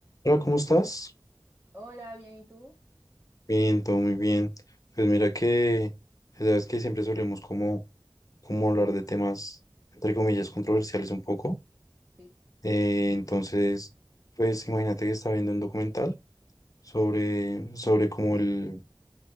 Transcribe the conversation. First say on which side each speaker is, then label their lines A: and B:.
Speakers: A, on the left; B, on the right.
A: Hola, ¿cómo estás?
B: Hola, bien, ¿y tú?
A: Bien, todo muy bien. Pues mira que, pues, ya sabes que siempre solemos como, como hablar de temas, entre comillas, controversiales un poco.
B: Sí.
A: Eh, entonces, pues imagínate que estaba viendo un documental sobre, sobre cómo el,